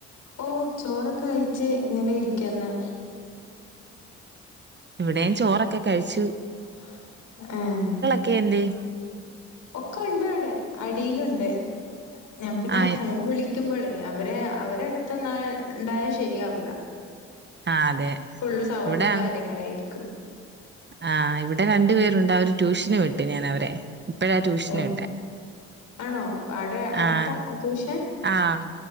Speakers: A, on the left; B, on the right.
A: ഓഹ് ചോറൊക്കെ കയിച്ച് ഇങ്ങനെ ഇരിക്കെന്നാ
B: ഇവിടെയും ചോറൊക്കെ കഴിച്ചു.
A: ഏഹ്
B: ഇക്ക എന്തിയേ?
A: ഒക്കെ ഇണ്ട് അവിടെ അടിയിലുണ്ട് ഞാൻ പിന്നെ
B: ആഹ്
A: ഫോൺ വിളി ക്കുമ്പളെ അവരെ അവര് അടുത്ത് നിന്നാ ഇണ്ടായാൽ ശരിയാവൂല
B: ആഹ് അതെ
A: ഫുള്ള് സൗണ്ടും
B: ഇവിടെ
A: കാര്യങ്ങളായിരിക്കും
B: ആഹ് ഇവിടെ രണ്ടു പേരുണ്ട് അവരെ ട്യൂഷന് വിട്ട് ഞാൻ അവരെ ഇപ്പഴാ ട്യൂഷന്
A: ഓ,
B: വിട്ടെ
A: ആണോ അവിടെ അടുത്താണോ
B: ആഹ്
A: ട്യൂഷൻ
B: ആഹ്